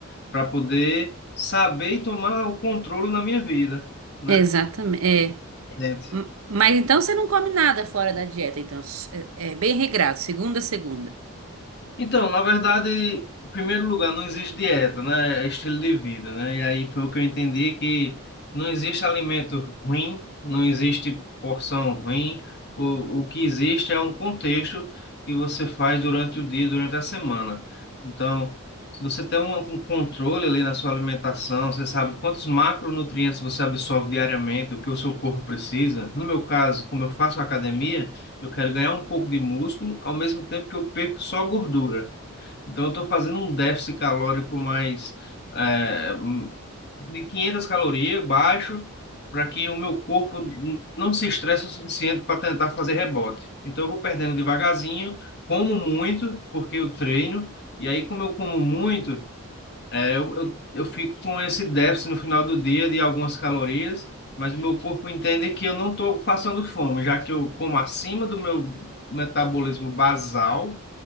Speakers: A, on the left (about 50°); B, on the right (about 75°).
A: para poder saber e tomar o controle na minha vida, né,
B: exatamente. É.
A: gente?
B: M- Mas então você não come nada fora da dieta, então. S- É, é bem regrado, segunda a segunda.
A: Então, na verdade, em primeiro lugar, não existe dieta, né? É estilo de vida, né? E aí foi o que eu entendi que não existe alimento ruim, não existe porção ruim. O, o que existe é um contexto que você faz durante o dia, durante a semana. Então, se você tem um, um controle ali na sua alimentação, você sabe quantos macronutrientes você absorve diariamente, o que o seu corpo precisa. No meu caso, como eu faço academia, eu quero ganhar um pouco de músculo, ao mesmo tempo que eu perco só gordura. Então, eu estou fazendo um déficit calórico mais é, hum, de 500 calorias, baixo, para que o meu corpo não se estresse o suficiente para tentar fazer rebote. Então, eu vou perdendo devagarzinho, como muito, porque eu treino, e aí, como eu como muito. É, eu, eu, eu fico com esse déficit no final do dia de algumas calorias, mas o meu corpo entende que eu não estou passando fome, já que eu como acima do meu metabolismo basal